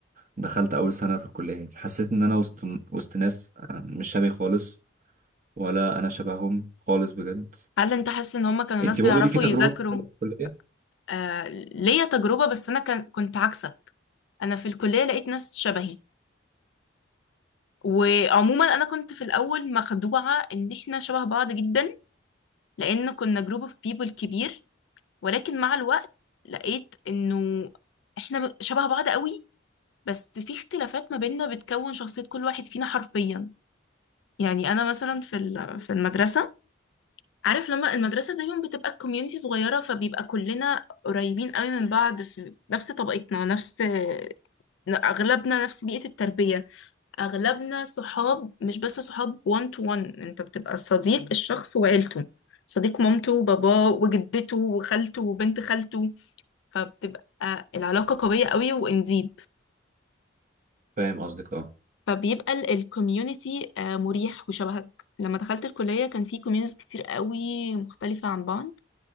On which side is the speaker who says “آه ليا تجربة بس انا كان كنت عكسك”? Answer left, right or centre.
Left